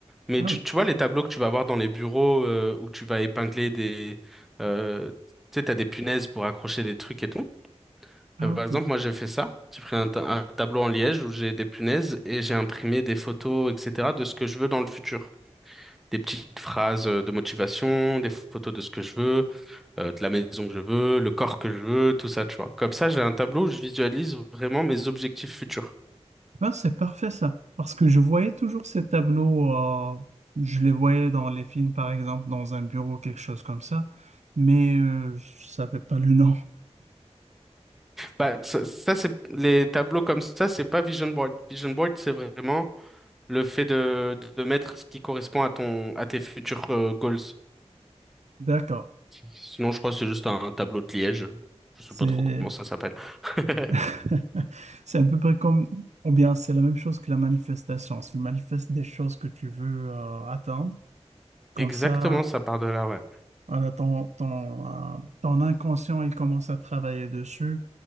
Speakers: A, in the centre; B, on the right (about 80°).
A: mais
B: Ah
A: tu,
B: oui,
A: tu vois les tableaux que tu vas avoir dans les bureaux euh, où tu vas épingler des, euh, tu sais t'as des punaises pour accrocher des trucs et tout.
B: ah
A: Euh, par
B: oui.
A: exemple moi j'ai fait ça, j'ai pris un, ta- un tableau en liège où j'ai des punaises et j'ai imprimé des photos etc de ce que je veux dans le futur. des petites phrases euh, de motivation, des photos de ce que je veux, euh, de la maison que je veux, le corps que je veux, tout ça, tu vois. Comme ça, j'ai un tableau où je visualise vraiment mes objectifs futurs.
B: Ben, c'est parfait ça. Parce que je voyais toujours ces tableaux, euh, je les voyais dans les films, par exemple, dans un bureau, quelque chose comme ça, mais euh, je savais pas le nom.
A: Bah, ça, ça, c'est les tableaux comme ça, c'est pas vision board. Vision board, c'est vraiment le fait de, de mettre ce qui correspond à ton à tes futurs euh, goals.
B: D'accord.
A: Sinon, je crois que c'est juste un, un tableau de Liège. Je sais
B: C'est
A: pas trop comment ça s'appelle. <laughs>
B: <laughs> c'est à peu près comme, ou bien c'est la même chose que la manifestation. Tu manifestes des choses que tu veux euh, atteindre. Comme
A: Exactement,
B: ça,
A: ça part de là, ouais.
B: Voilà, ton, ton, euh, ton inconscient, il commence à travailler dessus